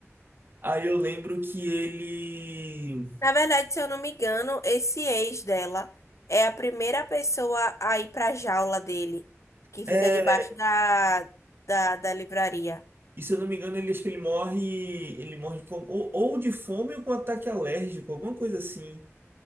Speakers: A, on the right; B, on the left.
A: Aí eu lembro que ele.
B: Na verdade, se eu não me engano, esse ex dela é a primeira pessoa a ir pra jaula dele, que
A: É,
B: fica debaixo da, da, da livraria.
A: e se eu não me engano, ele acho que ele morre. Ele morre com, ou, ou de fome ou com ataque alérgico, alguma coisa assim.